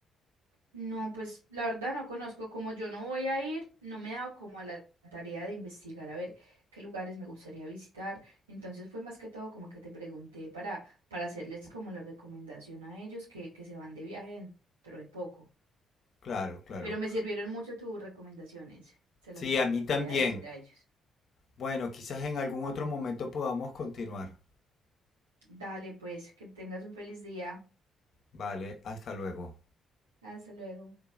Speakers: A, on the right; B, on the left.
A: No, pues la verdad no conozco, como yo no voy a ir, no me he dado como a la tarea de investigar a ver qué lugares me gustaría visitar. Entonces fue más que todo como que te pregunté para, para hacerles como la recomendación a ellos que, que se van de viaje dentro de poco.
B: Claro, claro.
A: Pero me sirvieron mucho tus recomendaciones, se las
B: Sí, a mí también.
A: voy a decir a ellos.
B: Bueno, quizás en algún otro momento podamos continuar.
A: Dale, pues, que tengas un feliz día.
B: Vale, hasta luego.
A: Hasta luego.